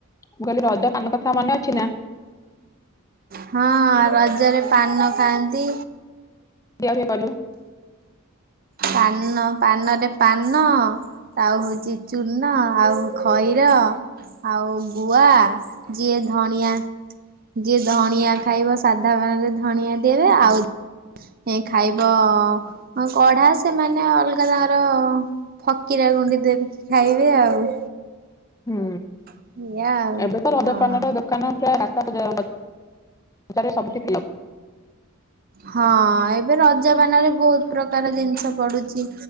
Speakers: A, on the left; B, on the right.
A: ମୁଁ କହିଲି ରଦ ପାନ କଥା ମନେ ଅଛି ନା?
B: ହଁ ରଜରେ ପାନ ଖାଆନ୍ତି।
A: ଖିଆ ପିଆ କଲୁ।
B: ପାନ ପାନରେ ପାନ ଆଉ ହଉଛି ଚୂନ ଆଉ ଖଇର। ଆଉ ଗୁଆ ଯିଏ ଧଣିଆ ଯିଏ ଧଣିଆ ଖାଇବ, ସାଧା ପାନରେ ଧଣିଆ ଦେବେ ଆଉ ଖାଇବ ହଁ କଢା ସେମାନେ ଅଲଗା ତାଙ୍କର ଫକିରା ଗୁଣ୍ଡି ଦେବକି ଖାଇବେ ଆଉ।
A: ହୁଁ
B: ଏଇଆ ଆଉ
A: ଏବେ ତ ରଜପାନର
B: ହଁ।
A: ଦୋକାନ ପୁରା ରାସ୍ତା <inaudible> ସବୁଠି ଫିଲ୍ଅପ୍।
B: ହଁ ଏବେ ରଜ ପାନ ରେ ବହୁତ ପ୍ରକାର ଜିନିଷ ପଡୁଛି।